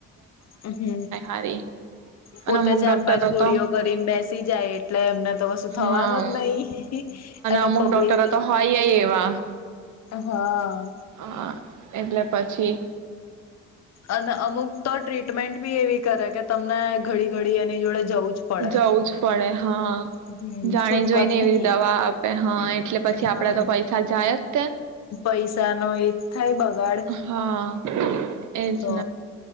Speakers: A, on the left; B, on the right.
A: હમ્મ
B: હારી
A: પોતે
B: અને અમુક
A: ચાર
B: ડોક્ટરો
A: પાંચ ગોળઓ
B: તો
A: ઘરીને બેસી જાય એટલે એમને તો કશુ થવાનું
B: હા
A: જ નહી અને
B: અમુક
A: પબ્લિક.
B: ડોક્ટરો તો હોયય એવા.
A: હા.
B: હ એટલે પછી.
A: અને અમુક તો ટ્રીટમેન્ટ બી એવી કરે કે તમને ઘડી ઘડી એની જોડે. જવું જ પડે
B: જવું જ પડે હા
A: હમ
B: જાણે
A: છૂટકો
B: જોઈને
A: જ
B: એવી
A: નહી
B: દવા આપે હા એટલે પછી
A: હા
B: આપડા તો પૈસા જાય જ કે
A: પૈસા નો એ થાય. બગાડ
B: હા એજ
A: તો